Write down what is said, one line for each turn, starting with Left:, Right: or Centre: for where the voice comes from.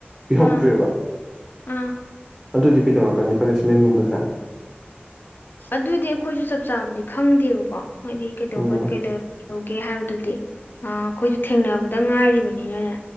Right: ꯄꯤꯍꯧꯗ꯭ꯔꯦꯕ
Left: ꯑꯥ ꯑꯥ
Right: ꯑꯗꯨꯗꯤ ꯄꯤ ꯇꯧꯔꯛꯀꯅꯤ ꯄꯅꯤꯁꯃꯦꯟꯒꯨꯝꯕꯁꯦ
Left: ꯑꯗꯨꯏꯗꯤ ꯑꯩꯈꯣꯏꯁꯨ ꯆꯞ ꯆꯥꯕꯗꯤ ꯈꯪꯗꯦꯕꯀꯣ ꯍꯥꯢꯗꯤ ꯀꯩꯗꯧꯒꯠ
Right: ꯎꯝ
Left: ꯀꯩ ꯗꯔ ꯇꯧꯒꯦ ꯍꯥꯏꯕꯗꯨꯗꯤ ꯑꯩꯈꯣꯏꯁꯨ ꯊꯦꯡꯅꯕꯗ ꯉꯥꯏꯔꯤꯕꯅꯤꯅꯅꯦ